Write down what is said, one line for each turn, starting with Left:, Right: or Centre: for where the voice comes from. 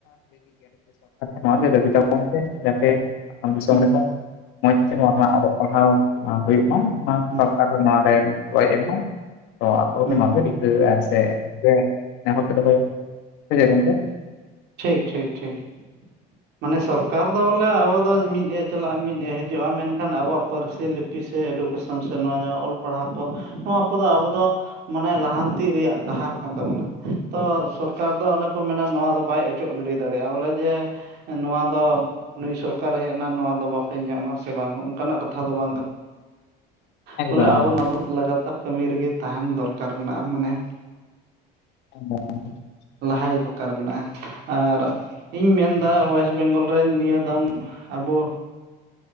Left: <unintelligible> ᱱᱚᱣ ᱜᱮ ᱫᱟᱹᱵᱤ ᱛᱟᱵᱚᱱ ᱯᱮ ᱡᱟᱛᱮ ᱟᱜᱟᱢ ᱫᱤᱥᱚᱢ
Right: ᱦᱩᱸ
Left: ᱨᱮᱦᱚᱸ ᱢᱚᱸᱡᱽ ᱛᱮ ᱱᱚᱣᱟ ᱨᱮᱱᱟᱜ ᱟᱵᱚᱜ ᱯᱟᱲᱦᱟᱣ ᱦᱩᱭᱩᱜ ᱢᱟ ᱚᱱᱟ
Right: ᱦᱩᱸ
Left: ᱥᱚᱨᱠᱟᱨ ᱱᱚ ᱨᱮ ᱜᱚᱲᱚᱭ ᱮᱢ ᱢᱟ᱾ ᱚ
Right: ᱦᱩᱸ
Left: <unintelligible> ᱥᱮ ᱱᱮᱦᱚᱨ ᱯᱮ ᱫᱚᱦᱚᱭᱟ ᱥᱮ ᱪᱮᱫ ᱜᱚᱝᱠᱮ?
Right: ᱴᱷᱤᱠ ᱴᱷᱤᱠ ᱴᱷᱤᱠ ᱢᱟᱱᱮ ᱥᱚᱨᱠᱟᱨ ᱫᱚ ᱵᱚᱞᱮ ᱟᱵᱚ ᱫᱚ ᱢᱤᱫ ᱮ ᱪᱟᱞᱟᱜ-ᱟ ᱢᱤᱫ ᱮ ᱦᱤᱡᱩᱜ-ᱟ ᱢᱮᱱᱠᱷᱟᱱ ᱟᱵᱚᱣᱟᱜ ᱯᱟᱹᱨᱥᱤ ᱞᱤᱯ ᱯᱤᱥᱮ ᱮᱰᱩᱠᱮᱥᱚᱱ ᱥᱮ ᱱᱚᱣᱟ ᱡᱟᱦᱟ ᱚᱞ ᱯᱟᱲᱦᱟᱣ ᱠᱚ ᱱᱚᱣᱟ ᱠᱚᱫᱚ ᱟᱵᱚ ᱫᱚ ᱞᱟᱦᱟᱱᱛᱤ ᱨᱮᱭᱟᱜ ᱰᱟᱦᱟᱨ ᱠᱟᱱ ᱛᱟᱵᱚᱱᱟ ᱛᱚ ᱥᱚᱨᱠᱟᱨ ᱫᱚ ᱚᱱᱮ ᱠᱚ ᱢᱮᱱᱟ ᱱᱚᱣᱟ ᱫᱚ ᱵᱟᱭ ᱚᱪᱚᱜ ᱜᱤᱰᱤ ᱫᱟᱲᱮᱭᱟᱜ-ᱟ ᱵᱚᱞᱮ ᱡᱮ ᱱᱚᱣᱟ ᱫᱚ ᱱᱩᱭ ᱥᱚᱨᱠᱟᱨ ᱮ ᱦᱮᱡ ᱮᱱᱟ ᱱᱚᱣᱟ ᱫᱚ ᱵᱟᱯᱮ ᱧᱟᱢ ᱟ ᱥᱮ ᱵᱟᱝ ᱚᱱᱠᱟᱱᱟᱜ ᱠᱟᱛᱷᱟ ᱫᱚ ᱵᱟᱝ ᱠᱟ
Left: ᱮᱠᱫᱚᱢ
Right: ᱵᱚᱞᱮ <inaudible> ᱠᱟᱹᱢᱤ ᱨᱮᱜᱮ ᱛᱟᱦᱮᱱ ᱫᱚᱨᱠᱟᱨ ᱢᱮᱱᱟᱜ-ᱟ ᱢᱟᱱᱮ
Left: <inaudible>
Right: ᱞᱟᱦᱟᱭ ᱫᱚᱨᱠᱟᱨ ᱢᱮᱱᱟᱜ-ᱟ ᱟᱨ ᱤᱧ ᱢᱮᱱᱫᱟ ᱚᱭᱮᱥᱴ ᱵᱮᱝᱜᱚᱞ <unintelligible> ᱱᱤᱭᱟᱹ ᱫᱟᱢ ᱟᱵᱚ